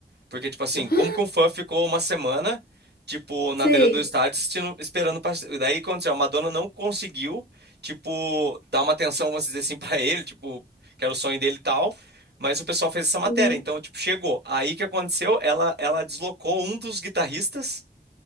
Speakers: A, on the right; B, on the left.
A: Porque, tipo
B: <gasps>
A: assim, como
B: Ah,
A: que um fã ficou uma semana, tipo, na
B: Sei.
A: beira do estádio assistindo- esperando pra... Daí aconteceu, a Madonna não conseguiu, tipo, dar uma atenção, vamos dizer assim, <laughs> pra ele, tipo, que era o sonho dele e tal. Mas o pessoal fez essa matéria,
B: Uhum.
A: então, tipo, chegou. Aí o que aconteceu? Ela, ela deslocou um dos guitarristas